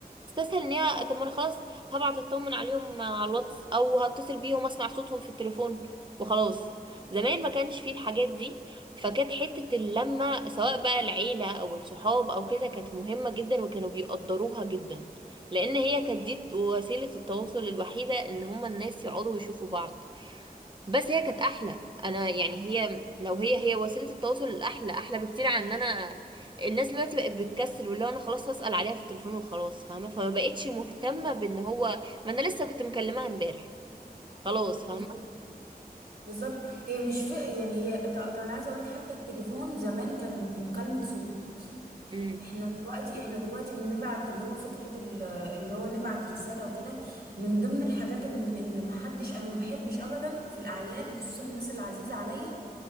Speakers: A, on the right; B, on the right.
A: تستسهل ان هي طب ما انا خلاص هبعت اطمن عليهم على الواتس او هتصل بيهم اسمع صوتهم في التليفون وخلاص زمان ما كانش فيه الحاجات دي فكانت حتة اللمة سواء بقى العيلة او الصحاب او كده كانت مهمة جدا وكانوا بيقدروها جدا لان هي كانت دي وسيلة التواصل الوحيدة ان هما الناس يقعدوا ويشوفوا بعض بس هي كانت احلى انا يعني هي لو هي هي وسيله التواصل الاحلى احلى بكتير عن ان انا الناس دلوقتي بقت بتكسل واللي هو انا خلاص هسال عليها في التليفون وخلاص فاهمه فما بقتش مهتمه بان هو ما انا لسه كنت مكلماها امبارح خلاص فاهمه
B: بز- بالظبط هي مش ف... يعني هي ط- طب انا عايزه اقول لك حتى التليفون زمان كان مكالمه صوت
A: امم
B: احنا دلوقتي احنا دلوقتي بنبعت اللي هو فكره ال- اللي هو نبعت رساله وكده من ضمن الحاجات ان ان ما حدش انا ما بحبش ابدا في الاعياد وخصوصا الناس العزيزه عليا